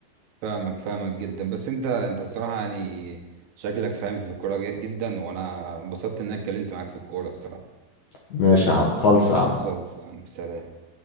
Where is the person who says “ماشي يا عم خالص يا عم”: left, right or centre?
Left